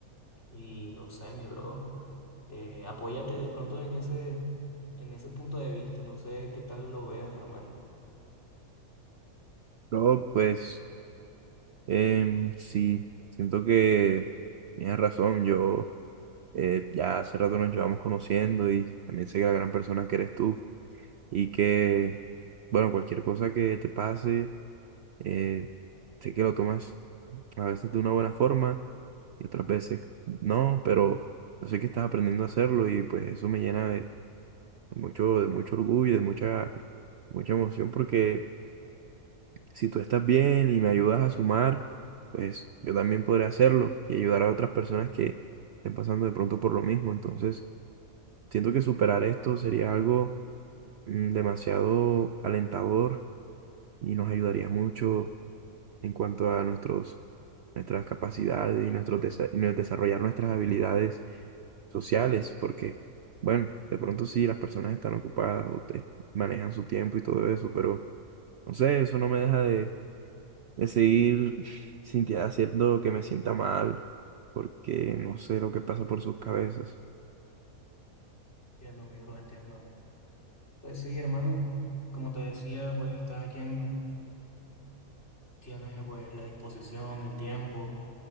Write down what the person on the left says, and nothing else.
y, no sé, mi bro, eh, apóyate de pronto en ese, en ese punto de vista, no sé qué tal lo veas, hermano.
Entiendo, mi bro, entiendo. Pues sí, hermano, como te decía, pues cada quien... Tienes pues la disposición, el tiempo.